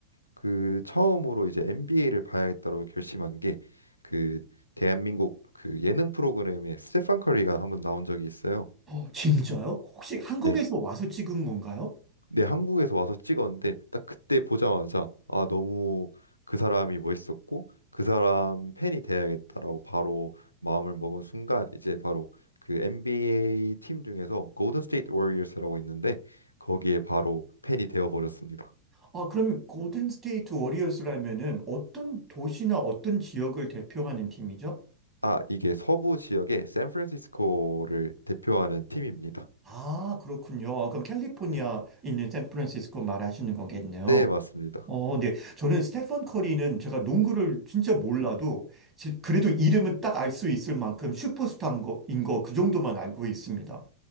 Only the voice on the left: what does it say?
그 처음으로 이제 NBA를 봐야겠다고 결심한 게 그 대한민국 그 예능 프로그램에 스테판 커리가 한번 나온 적이 있어요.
네,
네, 한국에서 와서 찍었는데 딱 그때 보자마자 아, 너무 그 사람이 멋있었고 그 사람 팬이 돼야겠다라고 바로 마음을 먹은 순간 이제 바로 그 NBA 팀 중에서 골든 스테이트 워리어스라고 있는데 거기에 바로 팬이 되어 버렸습니다.
아, 이게 서부 지역의 샌프란시스코를 대표하는 팀입니다.
네.
네, 맞습니다.